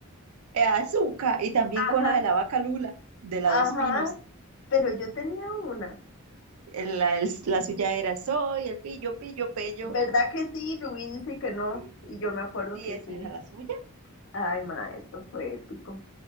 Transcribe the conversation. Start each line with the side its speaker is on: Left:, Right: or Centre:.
Right: Eh, Azúcar y también
Left: Ajá,
Right: con la de la vaca Lula, de la
Left: ajá,
Right: Dos Pinos.
Left: pero yo tenía una.
Right: Eh, La, el- la suya era soy el pillo, pillo, pello.
Left: ¿Verdad que sí? Rubí dice que no.
Right: Sí,
Left: Y yo me acuerdo
Right: sí,
Left: que
Right: esa
Left: sí.
Right: era la suya.
Left: Ay, ma, esto fue épico.